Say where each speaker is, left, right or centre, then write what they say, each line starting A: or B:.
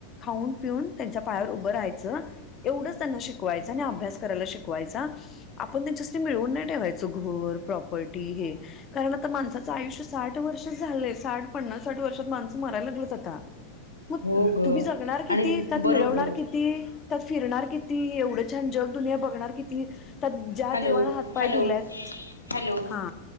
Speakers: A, on the left (about 30°); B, on the left (about 80°).
A: खाऊन पिऊन त्यांच्या पायावर उभं राहायचं एवढंच त्यांना शिकवायचं, आणि अभ्यास करायला शिकवायचा. आपण त्यांच्या साठी मिळवून नाही ठेवायचं, घर प्रापर्टी हे कारण आता माणसाचं आयुष्य साठ वर्ष झाले साठ पन्नास साठ वर्षात माणसं मरायला लागलेत आता. मग
B: हो ग
A: तुम्ही जगणार किती,
B: आणि
A: त्यात
B: बरोबर
A: मिळवणार किती त्यात फिरणार किती? किती एवढं छान! जग दुनिया बघणार किती तर ज्या
B: हॅलो
A: देवाना हातपाय
B: हॅलो
A: दिलेत
B: हॅलो
A: हा